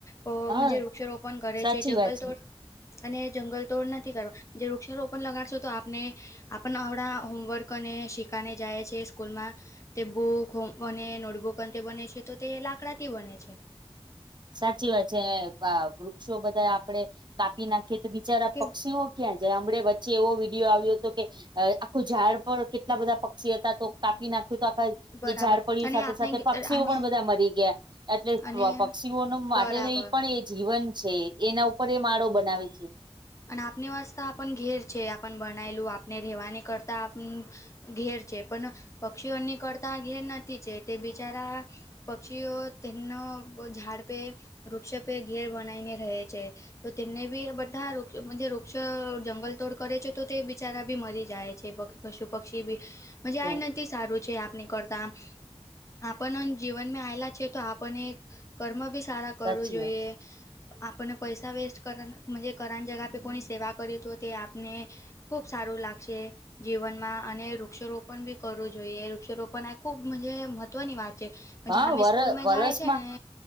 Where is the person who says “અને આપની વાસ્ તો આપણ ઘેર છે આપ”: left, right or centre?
Left